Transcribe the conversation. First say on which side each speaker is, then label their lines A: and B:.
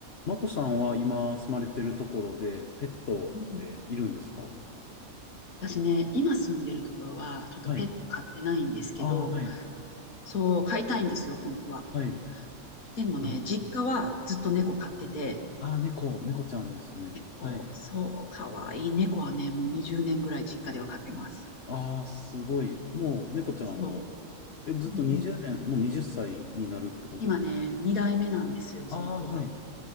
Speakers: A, on the left; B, on the left.
A: マコさんは今住まれてるところで、ペットっているんですか
B: うん、私ね、今住んでるところは、ちょっとペット飼ってないんですけど、
A: はい。ああ、はい。
B: そう、飼いたいんですよ、本当は。
A: はい。
B: でもね、
A: あ
B: 実家はずっと猫飼ってて、
A: あー、猫、猫ちゃんですね。
B: 猫、
A: はい。
B: そう、かわいい猫はね、もう20年ぐらい実家では飼ってます。
A: ああ、すごい。もう猫ちゃんは、
B: そ
A: え、ずっと20年、
B: う。うんうん。
A: もう20歳になるってことです。
B: 今ね、2代目なんですよ、
A: ああー、
B: その子は。
A: はい。